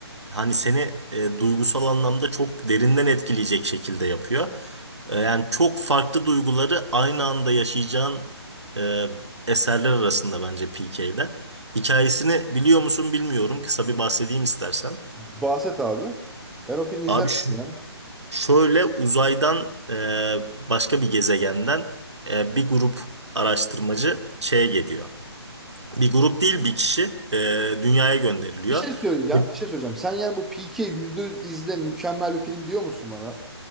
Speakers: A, on the right; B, in the centre.
A: hani seni e, duygusal anlamda çok derinden etkileyecek şekilde yapıyor. E, yani çok farklı duyguları aynı anda yaşayacağın e, eserler arasında bence PK'de. Hikayesini biliyor musun bilmiyorum. Kısa bir bahsedeyim istersen.
B: Bahset abi. Ben o filmi
A: Abi
B: izlemedim
A: şu
B: ya.
A: Şöyle uzaydan e, başka bir gezegenden e, bir grup araştırmacı şeye geliyor. Bir grup değil bir kişi e, dünyaya gönderiliyor.
B: Bir şey söyleyeceğim,
A: Ve
B: bir şey söyleyeceğim. Sen yani bu Peaky yüz izle mükemmel bir film diyor musun bana?